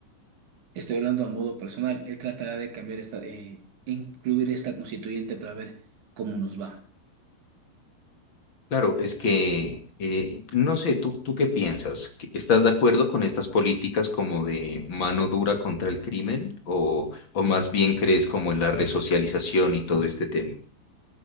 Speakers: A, on the right; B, on the left.
A: estoy hablando a modo personal, él tratará de cambiar esta, eh, incluir esta constituyente para ver cómo nos va.
B: Claro, es que, eh, no sé, ¿tú, tú qué piensas? ¿Que- ¿Estás de acuerdo con estas políticas como de mano dura contra el crimen? ¿O, o más bien crees como en la resocialización y todo este tema?